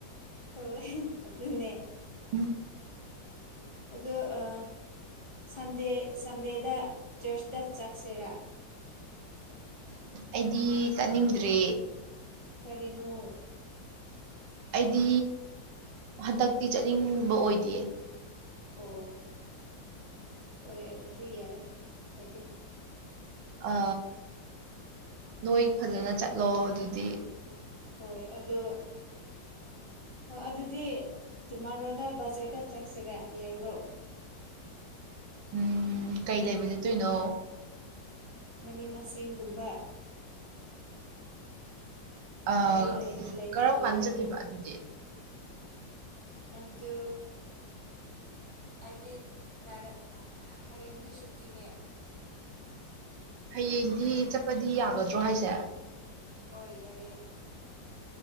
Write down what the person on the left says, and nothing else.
ꯍꯣꯏ ꯑꯗꯨꯅꯦ
ꯑꯗꯣ ꯑ ꯁꯟꯗꯦ ꯁꯟꯗꯦꯗ ꯆꯔꯆꯇ ꯆꯠꯁꯤꯔꯥ
ꯀꯔꯤꯅꯣ
ꯑꯣ ꯍꯣꯏ ꯑꯗꯨꯗꯤ ꯌꯥꯔꯦ ꯀꯥꯏꯗꯦ
ꯍꯣꯏ ꯑꯗꯣ ꯍꯣ ꯑꯗꯨꯗꯤ ꯇꯨꯃꯥꯔꯣꯗ ꯕꯖꯔꯗ ꯆꯠꯁꯤꯔꯦ ꯌꯥꯏꯕ꯭ꯔꯣ
ꯃꯅꯤ ꯃꯁꯤꯡꯒꯨꯝꯕ
ꯑꯩ ꯂꯩꯅꯤꯡꯉꯦ
ꯍꯣꯏ
ꯑꯗꯨ ꯑꯩꯗꯤ ꯅꯔꯛ ꯍꯌꯦꯡꯗꯤ ꯁꯨꯇꯤꯅꯦ
ꯍꯣꯏ ꯌꯥꯏꯑꯦ